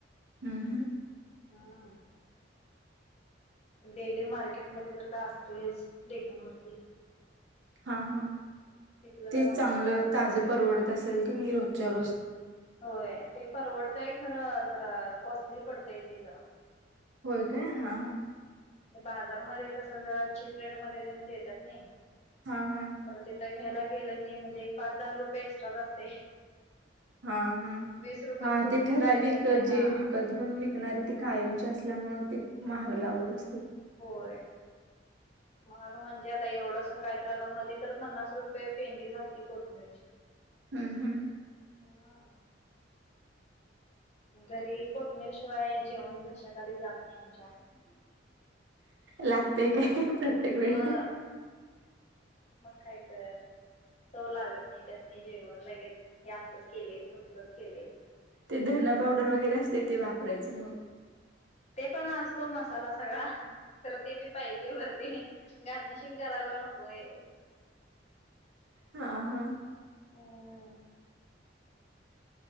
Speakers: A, on the right; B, on the left.
A: हम् हम
B: हम्म डेली मार्केटमध्येध्ये तर का असतोयच डेकांवररती.
A: हा हा
B: तिथलं जरा
A: तेच
B: महाग
A: चांगलं
B: पडत
A: ताजं
B: होते.
A: परवडत असेल की नाही रोजच्या रोज!
B: होय ते परवडतंय खरं जरा कॉस्टली पडतय ते जरा.
A: होय काय हा
B: हे बाजारमध्ये कस जरा चीप रेट मध्ये त्यांनी देतात नाही
A: हा हा
B: परत इथं घ्यायला गेलं की म्हणजे एक पाच दहा रुपये एक्स्ट्रा जा असते.
A: हा हा
B: वीस रुपयाला
A: हा
B: कोथमीर
A: ते ठराविक
B: मिळते ते हा
A: जे व कधी न विकणारे ती कायमची असल्यामुळे ते महाग लावत असते.
B: होय महाग म्हणजे आता एवढस काय तर आता मध तर पन्नास रुपये पेंडी झालती कोथमीिरची. ठीक
A: हम्म हम्
B: हा घरी कोतमीरशिवाय जेवण घशाकाली जात. नाही आमच्या.
A: लागतेय काय प्रत्येक वेळी
B: हा म म काईत चव लागत नाही त्यासनी जेवण लगेच हे असलच केले तसलच केले.
A: ते धण पावडर वगैरे असते ते वापरायचं मग!
B: ते पण असतो मसाला सगळा खरं ते बी पाहिजे वरती. गारर्निशिंग करायला नकोय
A: हा हा
B: हम्म